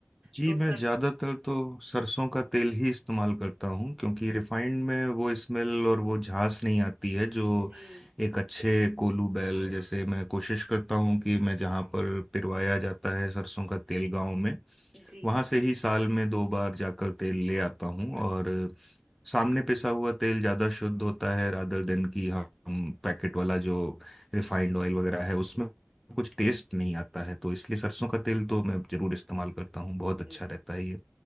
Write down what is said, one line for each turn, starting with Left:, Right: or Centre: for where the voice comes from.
Centre: जी
Right: तो
Centre: मैं
Right: सर
Centre: ज़्यादातर तो सरसों का तेल ही इस्तेमाल करता हूँ क्योंकि रिफाइंड में वो स्मेल और वो झांस नहीं आती है जो
Right: जी
Centre: एक अच्छे कोलू बैल जैसे मैं कोशिश करता हूँ कि मैं जहाँ पर पिरवाया जाता है सरसों का तेल गाँव में
Right: जी
Centre: वहां से ही साल में दो बार जाकर तेल ले आता हूँ और सामने पिसा हुआ तेल ज्यादा शुद्ध होता है रादर देन की हम पैकेट वाला जो रिफाइंड ऑयल वगैरह है उसमें कुछ टेस्ट नहीं आता है तो इसलिए सरसों का तेल तो मैं जरूर इस्तेमाल करता हूँ बहुत अच्छा
Right: जी
Centre: रहता है ये